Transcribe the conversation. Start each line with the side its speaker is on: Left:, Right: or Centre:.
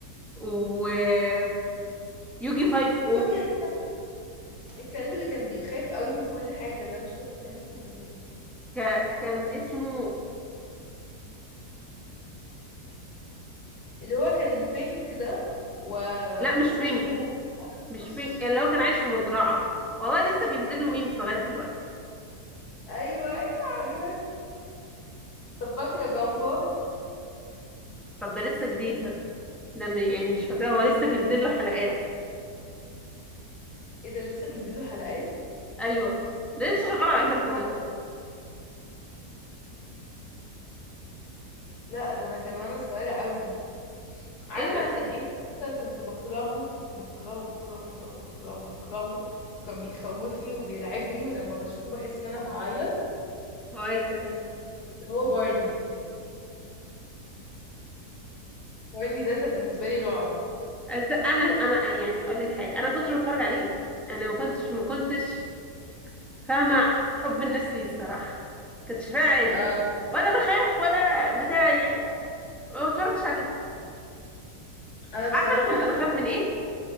Centre: ويوجي 5 او
Left: وفاكرة الكلب اللي كان بيخاف قوي من كل حاجة ده مش فاكرة كان اسمه ايه
Centre: ك... كان اسمه
Left: اللي هو كان بينك ده وصاحبه
Centre: لا مش بينك مش
Left: بوز
Centre: بينج اللي هو كان عايش في مزرعة والله لسه بينزل له ميمز
Left: ايوه
Centre: لغاية دلوقتي
Left: ايوه ايوه عارفة طب فاكرة جامبول
Centre: طب ده لسه جديد ده ده م- يعني مش فاكراه هو لسه بينزل له حلقات
Left: ايه ده لسه بينزلوا حلقات
Centre: ايوه ده لسه شغال على
Left: ايه
Centre: كرتون
Left: الهبل
Centre: نتورك
Left: لا ده انا كان وانا صغيرة قوي عارفة
Centre: ايه اللي
Left: انا كان ايه مسلسل كنت بكرهه كنت بكرهه بكرهه بكرهه بكرهه بكرهه وكان بيخوفني وبيرعبني ولما بشوفه بحس ان انا هعيط
Centre: هو ايه
Left: كان اللي هو بارني بارني ده كان بالنسبة لي رعب
Centre: أز- انا انا يعني اقول لك حاجة انا ما كنتش بتفرج عليه انا ما كنتش ما كنتش فاهمة ح- حب الناس ليه الصراحة كنت شايفاه عادي
Left: اه
Centre: ولا بخاف ولا بتاع يعني ما بتفرجش عليه
Left: انا بصراحة
Centre: عارفة انا كنت
Left: لا
Centre: بخاف من ايه